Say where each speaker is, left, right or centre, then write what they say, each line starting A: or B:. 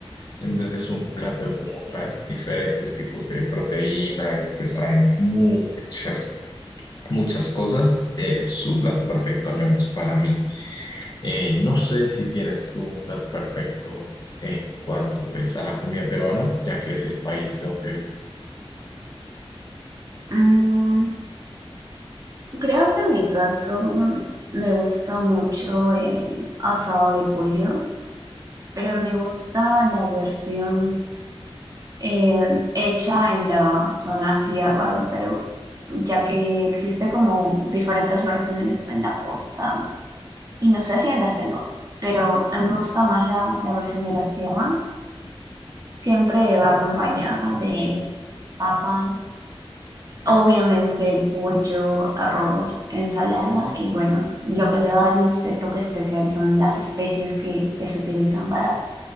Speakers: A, on the left (about 45°); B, on the right (about 35°).
A: Entonces es un plato que como trae diferentes tipos de proteína y pues trae muchas, muchas cosas. Es un plato perfecto, al menos para mí. Eh, no sé si tienes tú un plato perfecto en cuanto pues a la comida peruana, ya que es el país de donde vives.
B: Mm, creo que en mi caso mm, me gusta mucho el asado de pollo, pero me gusta la versión eh, hecha en la zona sierra del Perú, ya que existe como diferentes versiones en la costa y no sé si en la selva, pero a mí me gusta más la, la versión de la sierra. Siempre va
A: Eh,
B: acompañada de papa, obviamente el pollo, arroz, ensalada y bueno, lo que le da ese toque especial son las especies que, que se utilizan para,